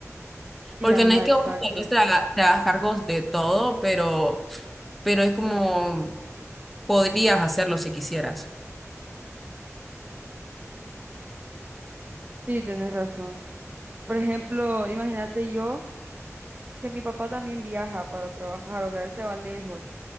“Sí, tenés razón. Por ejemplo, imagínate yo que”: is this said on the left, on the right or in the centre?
Right